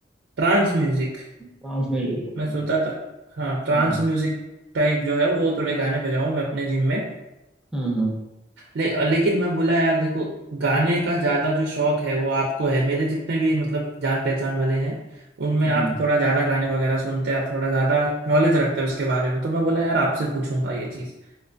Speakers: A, on the right; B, in the centre.
A: ट्रांस म्यूजिक
B: ट्रांस म्यूजिक बोलते
A: मैं सोचता
B: हैं
A: था हाँ ट्रांस
B: हम्म हम्म।
A: म्यूजिक टाइप जो है वो थोड़े गाने बजाऊं मैं अपने जिम में
B: हम्म हम्म
A: ले, लेकिन मैं बोला यार देखो गाने का ज्यादा जो शौक है वो आपको है मेरे जितने भी मतलब जान पहचान वाले हैं उनमें
B: हम्म।
A: आप थोड़ा ज्यादा गाने वगैरह सुनते हैं आप थोड़ा ज्यादा नॉलेज रखते हैं उसके बारे में तो मैं बोला यार आपसे पूछूंगा ये चीज